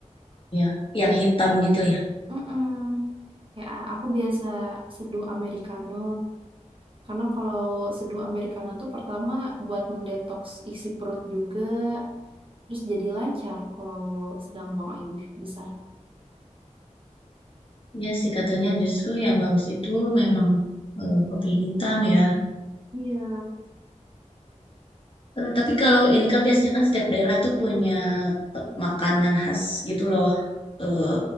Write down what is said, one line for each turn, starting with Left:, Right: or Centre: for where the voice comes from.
Left: ya, yang hitam gitu ya.
Right: mm Ya, aku biasa seduh Americano. Karena kalau seduh Americano tuh pertama buat mendetoks isi perut juga. Terus jadi lancar kalau sedang buang air besar.
Left: Ya sih katanya justru yang bagus itu memang eh, kopi hitam ya.
Right: Iya,
Left: Eh, tapi kalau ini kan biasanya kan setiap daerah tuh punya te- makanan khas gitu loh. Eh,